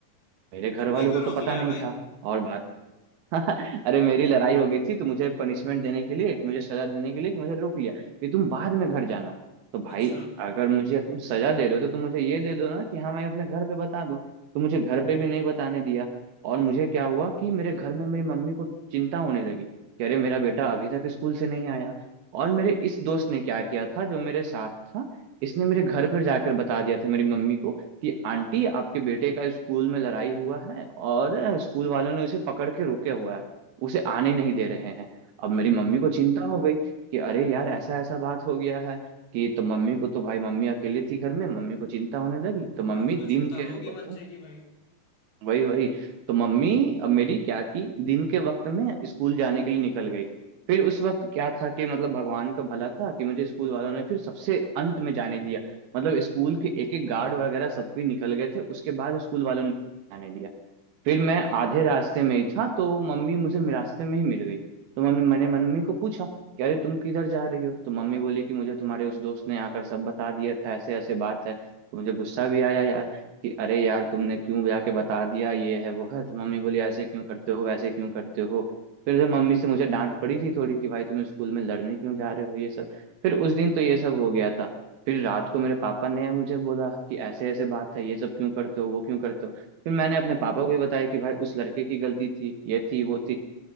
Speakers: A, on the right; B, on the left.
A: मेरे घर
B: तुम्हें
A: वालों
B: क्यों
A: को तो
B: रोक
A: पता
B: लिया
A: नहीं
B: भाई
A: था और बात <laughs> अरे मेरी लड़ाई हो गई थी तो मुझे पनिशमेंट देने के लिए मुझे सजा देने के लिए कि मुझे रोक लिया कि तुम बाद में घर जाना तो भाई
B: अच्छा
A: अगर मुझे तुम सजा दे रहे हो तो तुम मुझे ये दे दो ना कि हाँ मैं अपने घर पे बता दूं तो मुझे घर पे भी नहीं बताने दिया और मुझे क्या हुआ कि मेरे घर में मेरी मम्मी को चिंता होने लगी कि अरे मेरा बेटा अभी तक स्कूल से नहीं आया और मेरे इस दोस्त ने क्या किया था जो मेरे साथ था इसने मेरे घर पर जाकर बता दिया था मेरी मम्मी को कि आंटी आपके बेटे का स्कूल में लड़ाई हुआ है और स्कूल वालों ने उसे पकड़ के रोके हुआ है उसे आने नहीं दे रहे हैं अब मेरी
B: हम्म
A: मम्मी को चिंता हो गई कि अरे यार ऐसा ऐसा बात हो गया है कि तो मम्मी को तो भाई मम्मी अकेले थी घर में मम्मी को चिंता होने लगी
B: तो माँ
A: तो मम्मी
B: को तो चिंता
A: दिन के
B: होगी बच्चे
A: वक्त
B: की भाई
A: वही वही तो मम्मी अब मेरी क्या की दिन के वक्त में स्कूल जाने के लिए निकल गई फिर उस वक्त क्या था कि मतलब भगवान का भला था कि मुझे स्कूल वालों ने फिर सबसे अंत में जाने दिया मतलब स्कूल के एक एक गार्ड वगैरह सब कोई निकल गए थे उसके बाद स्कूल वालों ने जाने दिया फिर मैं आधे रास्ते में ही था तो मम्मी मुझे मे- रास्ते में ही मिल गई तो मम्मी मैंने मम्मी को पूछा कि अरे तुम किधर जा रही हो तो मम्मी बोली कि मुझे तुम्हारे उस दोस्त ने आकर सब बता दिया था ऐसे ऐसे बात है तो मुझे गुस्सा भी आया यार कि अरे यार तुमने क्यों जाके बता दिया ये है वो है तो मम्मी बोली ऐसे क्यों करते हो वैसे क्यों करते हो फिर से मम्मी से मुझे डांट पड़ी थी थोड़ी कि भाई तुम स्कूल में लड़ने क्यों जा रहे हो ये सब फिर उस दिन तो ये सब हो गया था फिर रात को मेरे पापा ने मुझे बोला कि ऐसे ऐसे बात है ये सब क्यों करते हो वो क्यों करते हो फिर मैंने अपने पापा को भी बताया कि भाई उस लड़के की गलती थी ये थी वो थी